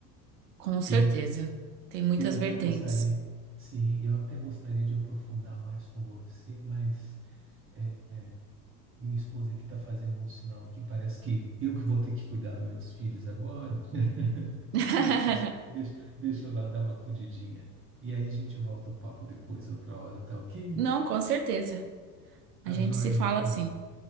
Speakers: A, on the right; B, on the right.
A: Com certeza.
B: Eu,
A: Tem muitas
B: Eu até
A: vertentes.
B: gostaria, sim, eu até gostaria de aprofundar mais com você, mas é, minha esposa aqui está fazendo um sinal aqui, parece que eu que vou ter que cuidar dos meus filhos agora. <laughs>
A: <laughs>
B: Então, deixa, deixa eu lá dar uma acudidinha. E aí a gente volta o papo depois, outra hora, tá ok?
A: Não, com certeza.
B: Tá
A: A gente
B: joia,
A: se fala
B: Nicole.
A: assim.